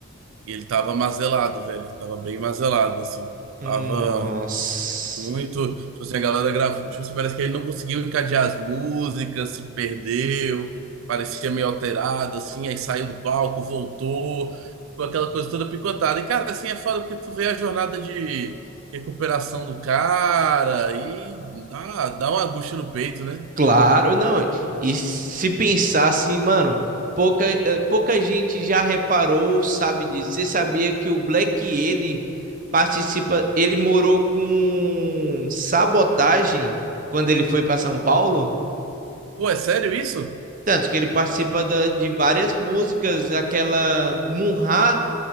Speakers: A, on the right; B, on the right.
A: e ele tava mazelado, velho. Tava bem mazelado, assim.
B: Nossa.
A: Tava. Muito, tipo assim, a galera gravou, tipo assim, parece que ele não conseguiu encadear as músicas, se perdeu, parecia meio alterado, assim, aí saiu do palco, voltou, ficou aquela coisa toda picotada. E, cara, assim, é foda porque tu vê a jornada de recuperação do cara e dá, dá uma angústia no peito, né?
B: Claro, não. E se pensar assim, mano, pouca, eh, pouca gente já reparou, sabe disso. Você sabia que o Black ele participa, ele morou com Sabotagem quando ele foi para São Paulo?
A: Pô, é sério isso?
B: Tanto que ele participa da- de várias músicas, aquela Munhá,